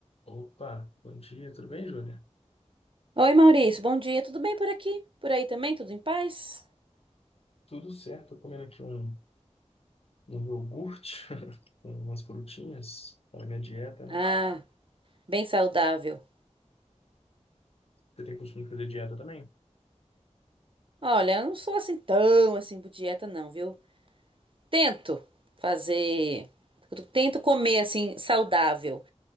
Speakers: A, on the left; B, on the right.
A: Opa, bom dia, tudo bem, Júlia?
B: Oi, Maurício, bom dia. Tudo bem por aqui? Por aí também? Tudo em paz?
A: Tudo certo, tô comendo aqui um, um iogurte <laughs> com umas frutinhas para minha dieta, né?
B: Ah, bem saudável.
A: Você tem costume de fazer dieta também?
B: Olha, eu não sou assim tão assim por dieta não, viu? Tento fazer. Tento comer assim, saudável.